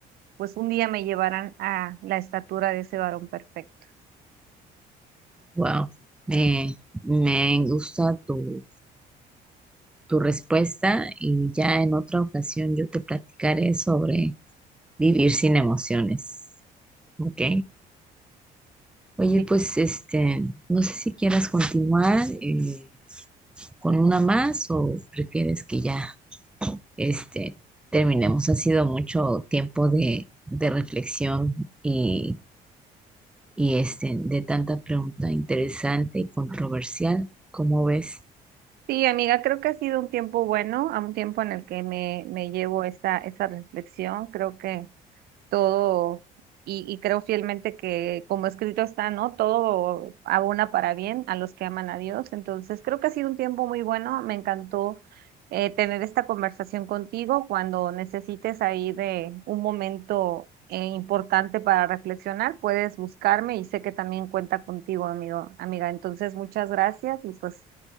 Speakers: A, on the right (about 65°); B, in the centre.
A: pues un día me llevarán a la estatura de ese varón perfecto.
B: Wow, me, me gusta tu, tu respuesta y ya en otra ocasión yo te platicaré sobre vivir sin emociones. ¿Ok? Oye,
A: Sí,
B: pues este, no sé si quieras continuar eh, con una más o prefieres que ya este, terminemos. Ha sido mucho tiempo de, de reflexión y y este, de tanta pregunta interesante y controversial. ¿Cómo ves?
A: Sí, amiga, creo que ha sido un tiempo bueno, a un tiempo en el que me, me llevo esta, esta reflexión. Creo que todo, y, y creo fielmente que como escrito está, ¿no? Todo abona para bien a los que aman a Dios. Entonces, creo que ha sido un tiempo muy bueno. Me encantó eh, tener esta conversación contigo cuando necesites ahí de un momento eh, importante para reflexionar. Puedes buscarme y sé que también cuenta contigo, amigo, amiga. Entonces, muchas gracias y pues